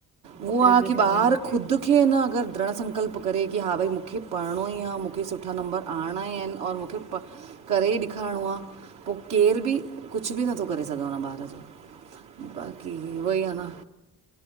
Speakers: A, on the right; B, on the right.
A: उहाो
B: पकिड़े
A: आहे
B: बि
A: की
B: न सघंदा
A: ॿार
B: आहियूं
A: ख़ुदि। मूंखे अ अगरि दृढ़ संकल्प करे कि हा भई मूंखे पढ़णो ई आहे मूंखे सुठा नम्बर आणिणा ई आहिनि। और मूंखे प करे ई ॾेखारिणो आ। पोइ केर बि कुछु बि नथो करे सघे हुन ॿार सां बाक़ी उहोई आहे न